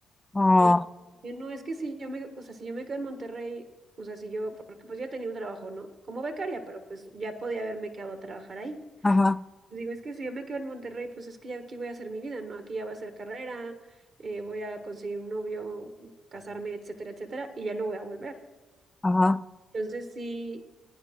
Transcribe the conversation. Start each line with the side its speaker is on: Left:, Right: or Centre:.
Left: ah,
Right: En- yo, no, es que si yo me, o sea, si yo me quedo en Monterrey, o sea, si yo, porque pues yo tenía un trabajo, ¿no? Como becaria, pero pues ya podía haberme quedado a trabajar ahí.
Left: ajá,
Right: Digo, es que si yo me quedo en Monterrey, pues es que ya aquí voy a hacer mi vida, ¿no? Aquí ya va a ser carrera, eh, voy a conseguir un novio, casarme, etcétera, etcétera, y ya no voy a volver.
Left: ajá.
Right: Entonces sí,